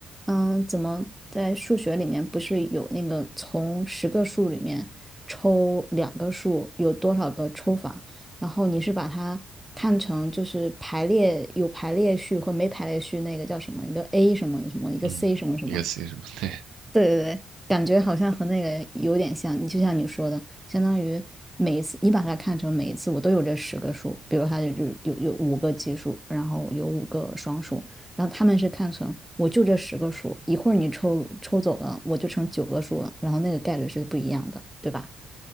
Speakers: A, in the centre; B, on the right.
A: 嗯，怎么在数学里面不是有那个从十个数里面抽两个数有多少个抽法，然后你是把它看成就是排列有排列序和没排列序那个叫什么一个 A 什么什么一个
B: 嗯，
A: C 什么什么，
B: 一个 C 什么？对，
A: 对对对，感觉好像和那个有点像。你就像你说的，相当于每一次你把它看成每一次我都有这十个数，比如它就是有有五个奇数，然后有五个双数，然后他们是看成我就这十个数，一会儿你抽抽走了，我就成九个数了，然后那个概率是不一样的，对吧？